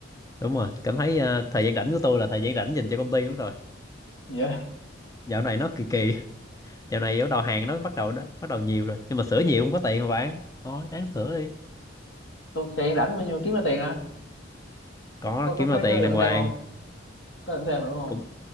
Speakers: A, on the left; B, on the left.
A: đúng rồi cảm thấy ờ, thời gian rảnh của tôi là thời gian rảnh dành cho công ty đúng rồi
B: dạ yeah.
A: dạo này nó kỳ kỳ dạo này bắt đầu hàng nó bắt đầu đã- bắt đầu nhiều rồi nhưng mà sửa nhiều không có tiền mà bạn thôi ráng sửa đi
B: tôi tiền rảnh bao nhiêu kiếm ra tiền à
A: có
B: có có
A: kiếm
B: có
A: ra tiền
B: có lượng
A: đàng hoàng
B: thêm không có lượng thêm mà đúng không
A: cũng